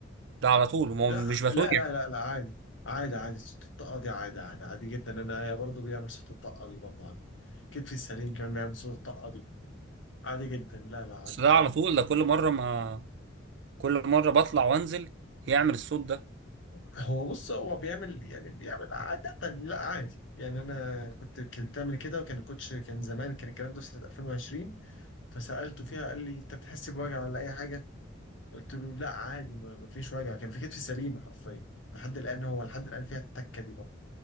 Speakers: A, on the right (about 60°); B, on the left (about 70°).
A: ده على طول ما هو
B: لا
A: مش بتوجع
B: لا لا لا, لا عادي عادي عادي صوت الطاقه دي عادي عادي عادي جدا انا برضه بيعمل صوت الطاقه دي برضه عندي كتفي السليم كان بيعمل صوت الطاقه دي عادي جدا لا لا عادي
A: بس
B: جدا
A: ده على طول ده كل مره ما كل مره بطلع وانزل يعمل الصوت ده
B: هو بص هو بيعمل يعني بيعمل عادة لا عادي يعني انا كنت كنت بتعمل كده وكان الكوتش كان زمان كان الكلام ده في سنة 2020 فسألته فيها قال لي انت بتحس بوجع ولا اي حاجة قلت له لا عادي ما ما فيش وجع كان في كتفي سليمة حرفيا لحد الآن هو لحد الآن فيها التكة دي